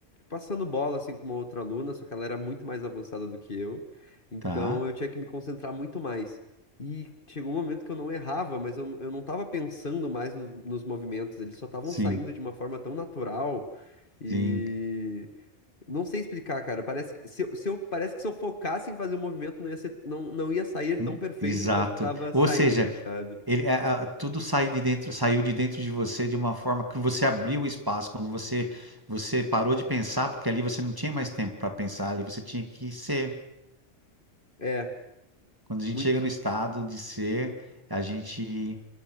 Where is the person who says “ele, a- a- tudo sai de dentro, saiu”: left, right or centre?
Right